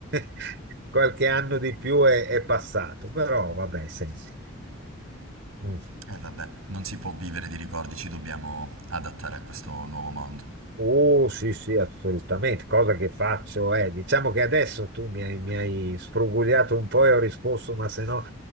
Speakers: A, on the right; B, on the right.
A: <laughs> qualche anno di più è, è passato, però vabbè, senti. Mm.
B: E vabbè, non si può vivere di ricordi, ci dobbiamo adattare a questo nuovo mondo.
A: Oh, sì, sì, assolutamente. Cosa che faccio è, diciamo che adesso tu mi hai, mi hai sfrugugliato un po' e ho risposto, ma se no,